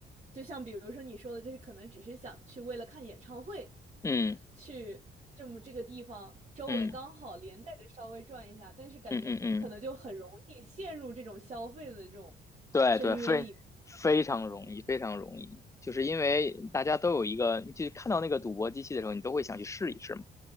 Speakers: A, on the right; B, on the left.
A: 就像比如说你说的，就是可能只是想去为了看演唱会，
B: 嗯
A: 去这么这个地方周围刚好连带着稍微转一下，
B: 嗯
A: 但是感觉可能就很容易陷入这种消费的这种
B: 嗯嗯嗯。对对，
A: 深渊里面。
B: 非非常容易，非常容易，就是因为大家都有一个，你就看到那个赌博机器的时候，你都会想去试一试嘛。